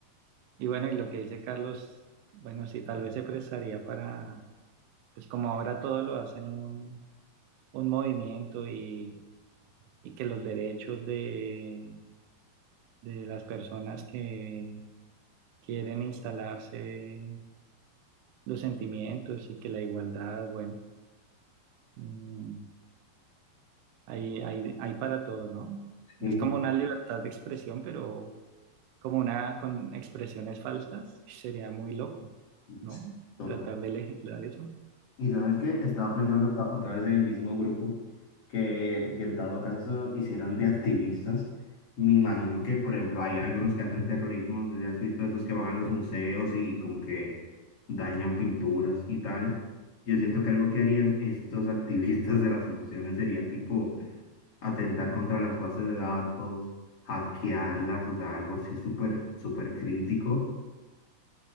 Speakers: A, on the right; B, on the left.
A: Y bueno, y lo que dice Carlos, bueno, sí, tal vez se prestaría para pues como ahora todo lo hacen un, un movimiento y, y que los derechos de, de las personas que quieren instalarse los sentimientos y que la igualdad, bueno, mm, hay, hay, hay para todo, ¿no?
B: Sí.
A: Es como una libertad de expresión, pero como una con expresiones falsas, sería muy loco,
B: Sí,
A: ¿no?
B: Total.
A: Tratar de legislar eso.
B: Y sabes que estaba pensando ta- otra vez en el mismo grupo que, que en dado caso hicieran de activistas. Me imagino que, por ejemplo, hay algunos que hacen terrorismo, no sé si has visto esos que van a los museos y como que dañan pinturas y tal. Yo siento que algo que harían estos <laughs> activistas de las emociones sería tipo atentar contra las bases de datos, hackearlas, o sea, algo así súper, súper crítico